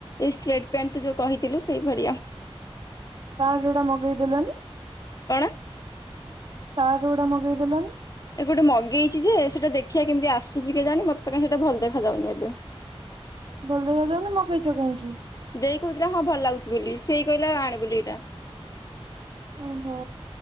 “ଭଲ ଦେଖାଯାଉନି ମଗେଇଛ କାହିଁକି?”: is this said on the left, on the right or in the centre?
Right